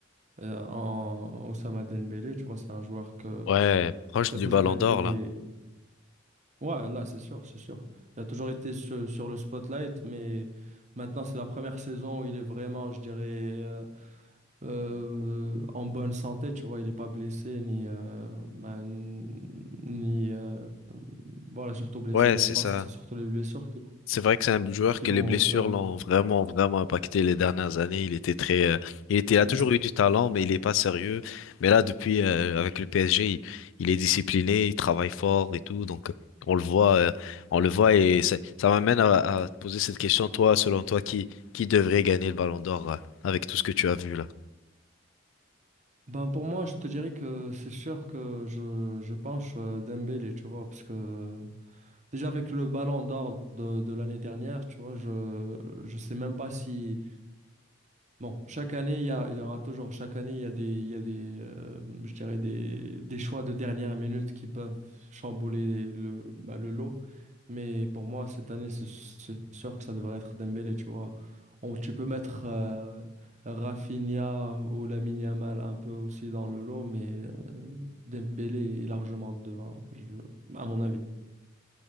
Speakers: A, on the right; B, on the left.
A: euh, en Ousama Dembélé. Tu vois, c'est un joueur que,
B: Ouais, proche
A: qui
B: du
A: a toujours
B: Ballon
A: été
B: d'Or là.
A: Ouais, là, c'est sûr, c'est sûr. Il a toujours été sur, sur le spotlight, mais maintenant, c'est la première saison où il est vraiment, je dirais, euh, euh, en bonne santé, tu vois. Il n'est pas blessé, ni, euh, bah, n- ni euh, voilà, surtout blessé,
B: Ouais,
A: lui.
B: c'est
A: Je pense
B: ça.
A: que c'est surtout les blessures qui,
B: C'est vrai que c'est un joueur
A: qui
B: que
A: l'ont,
B: les blessures
A: qui l'ont.
B: l'ont vraiment, vraiment impacté les dernières années. Il était très, euh, il était, il a
A: Exact.
B: toujours eu du talent, mais il n'est pas sérieux. Mais là, depuis, euh, avec le PSG, il, il est discipliné, il travaille fort et tout. Donc, euh, on le voit, euh, on le voit et ça, ça m'amène à, à te poser cette question. Toi, selon toi, qui, qui devrait gagner le Ballon d'Or, euh, avec tout ce que tu as vu là?
A: Ben, pour moi, je te dirais que c'est sûr que je, je penche euh, Dembélé, tu vois, parce que déjà avec le ballon d'or de, de l'année dernière, tu vois, je, je sais même pas si. Bon, chaque année, il y a- il y aura toujours, chaque année, il y a des, il y a des, euh, je dirais des, des choix de dernière minute qui peuvent chambouler le, bah, le lot. Mais pour moi, cette année, c'est c'est sûr que ça devrait être Dembélé, tu vois. On- tu peux mettre euh, Rafinha ou Lamine Yamal un peu aussi dans le lot, mais euh, Dembélé est largement devant, je- à mon avis.